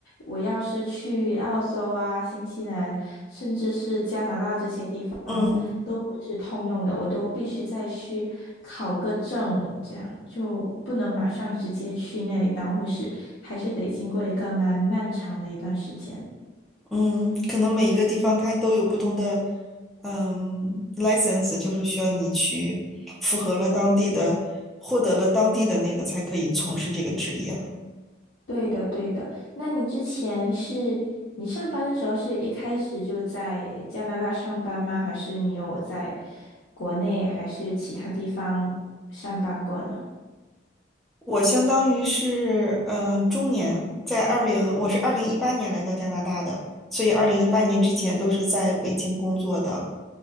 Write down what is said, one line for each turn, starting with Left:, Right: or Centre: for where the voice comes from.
Left: 我要是去澳洲啊、新西兰，甚至是加拿大这些地方，
Centre: 嗯
Left: 都不是通用的，我都必须再去考个证，这样就不能马上直接去那里当护士，还是得经过一个蛮漫长的一段时间。
Centre: 嗯，可能每一个地方它都有不同的嗯 license，就是需要你去符合了当地的，获得了当地的那个才可以从事这个职业。
Left: 对的，对的。那你之前是你上班的时候是一开始就在加拿大上班吗？还是你有在国内还是其他地方上班过呢？
Centre: 我相当于是嗯、呃中年，在二零，我是二零一八年来到加拿大的，所以二零一八年之前都是在北京工作的，